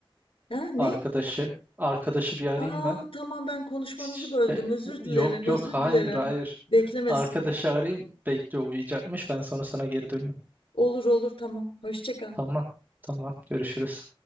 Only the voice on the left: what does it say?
Ha, ne?
Aa,
tamam ben konuşmanızı
böldüm. Özür
dilerim,
özür
dilerim.
Beklemesin.
Olur olur tamam. Hoşça kal.